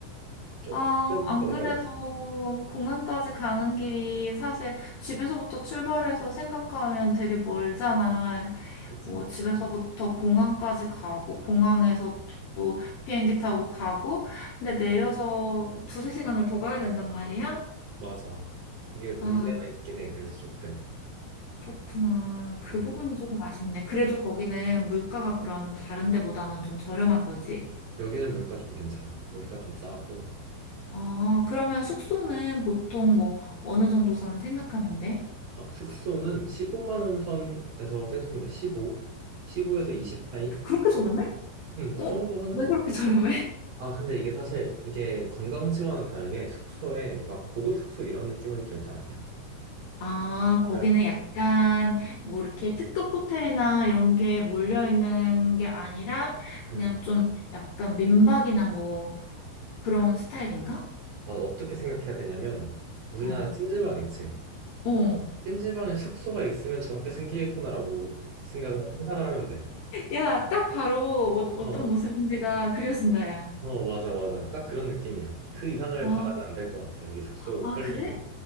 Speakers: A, on the right; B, on the left.
A: 조금
B: 아, 안
A: 거리가
B: 그래도
A: 있어.
B: 공항까지 가는 길이 사실 집에서부터 출발해서 생각하면 되게 멀잖아.
A: 그치.
B: 뭐 집에서부터 공항까지 가고 공항에서 또 비행기 타고 가고 근데 내려서 두세 시간을 더 가야 된단 말이야?
A: 맞아. 이게 문제가
B: 아,
A: 있긴 해. 그래서 조금.
B: 그렇구나. 그
A: 음.
B: 부분이 조금 아쉽네. 그래도 거기는 물가가 그럼 다른 데보다는 좀 저렴한 거지.
A: 여기는 물가 좀 괜찮아. 물가 좀 싸고.
B: 아, 그러면 숙소는 보통 뭐 어느 정도 선 생각하면 돼?
A: 아, 숙소는 15만 원 선에서 생각하면 돼. 15. 15에서 20 사이?
B: 그렇게 저렴해?
A: 음, 그
B: 어?
A: 정도 하는
B: 왜
A: 것
B: 그렇게
A: 같아.
B: 저렴해?
A: 아, 근데 이게 사실 이게 관광지와는 다르게 숙소에 막 고급 숙소 이런 느낌은 절대 아니야.
B: 아, 거기는
A: 아,
B: 약간 뭐 이렇게 특급 호텔이나 이런 게 몰려 있는 게 아니라 그냥
A: 음.
B: 좀 약간 민박이나 뭐 그런 스타일인가?
A: 맞아. 난 어떻게 생각해야 되냐면 우리나라
B: 어.
A: 찜질방 있지.
B: 어.
A: 찜질방에 숙소가 있으면 저렇게 생기겠구나라고 생각을 상상을 하면 돼.
B: 야, 딱 바로 어, 어떤
A: 어.
B: 모습인지가 그려진다, 야.
A: 어, 맞아, 맞아. 딱 그런 느낌이야. 그 이상을 음.
B: 아,
A: 바라면 안 될 것 같아. 여기 숙소
B: 아,
A: 퀄리티는.
B: 그래?